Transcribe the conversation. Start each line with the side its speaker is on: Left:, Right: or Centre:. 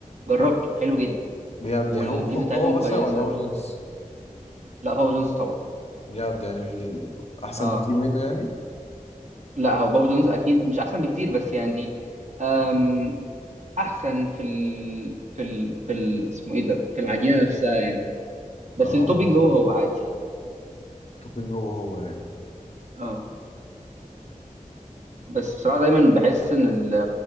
Right: جربته حلو جدا
Left: بجد
Right: والبيتزا
Left: يعني هو هو هو
Right: بتاعتهم
Left: مثلا
Right: كويسه
Left: ولا هو جونز
Right: لا بابا جونز طبعا
Left: بجد يعني مش لل- أحسن
Right: اه
Left: بكتير منه يعني
Right: لا هو بابا جونز اكيد مش احسن بكتير بس يعني أم احسن في ال... في ال... في ال... اسمه ايه ده في العجينه نفسها يعني بس
Left: أه
Right: التوبينج هو هو عادي
Left: توبينج هو هو
Right: اه بس بصراحه دايما بحس ان ال...